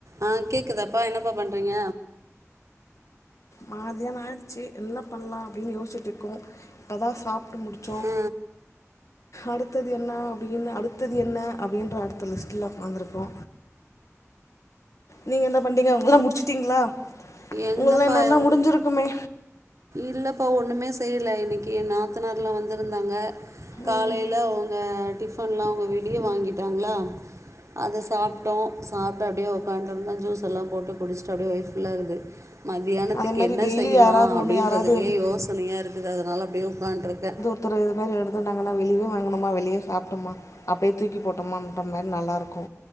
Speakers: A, on the right; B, on the left.
A: அ கேக்குதாப்பா என்னப்பா பண்றீங்க
B: மாதியானா ஆயிச்சி என்ன பண்லா அப்டின் யோசிட்டு இருக்கோ இப்பதா சாப் ட்டு முடிச்சோ
A: ஆ
B: அடுத் த்தது என்ன அப்டினு அடுத்தது என்ன அப்டின்ற அடுத்த லிஸ்ட்ல உக்காந்துருக்கோ நீங்க என்ன பண்றிங்க உங்கலா முடிச்சிட்டிங்களா
A: எங்கப்பா
B: உங்கலா என்னால்லா
A: ஒ
B: முடிஞ்சிருக்குமே
A: இல்லப்பா ஒன்னுமே செய்யல இன்னிக்கி என் நாத்தனார்லா வந்திருந்தாங்க காலையில
B: ம்
A: அவுங்க டிஃபன்லா அவுங்க வெளியே வாங்கிட்டாங்ளா அத சாப்டோ சாப்ட்டு அப்டியே உக்கான்டுருந்தோ ஜூஸ் எல்லா போட்டு குடிச்சிட்டு அப்டியே வயிர் ஃபுல்லா இருந் மத்தியானத்துக்கு
B: அதே மாதிரி
A: என்ன
B: டெய்லி
A: செய்யலா
B: யாராவது
A: அப்
B: ஒன்று யாராவது
A: யோசனையா இருக்குது அதனால அப்டே உக்கான்டு இருக்க
B: ஒருத்தரு இதமாரி எடுத்துக்கிட்டாங்கனா வெளியவே வாங்கணுமா வெளியே சாப்டோமா அப்டே தூக்கிப் போட்டோமா அந்த மாரி நல்லா இருக்கு